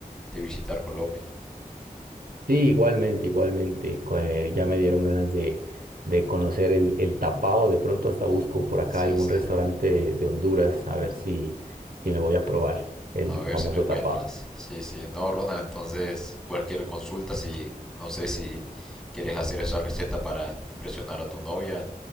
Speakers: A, in the centre; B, on the right.
A: de visitar Colombia.
B: Sí, igualmente, igualmente. eh, ya me dieron ganas de, de conocer el, el tapao. De pronto hasta busco por acá
A: Sí,
B: algún
A: sí.
B: restaurante de, de Honduras a ver si, si me voy a probar el
A: A ver
B: famoso
A: si lo encuentras.
B: tapao.
A: Sí, sí. No, Ronald, entonces cualquier consulta, si no sé si quieres hacer esa receta para impresionar a tu novia,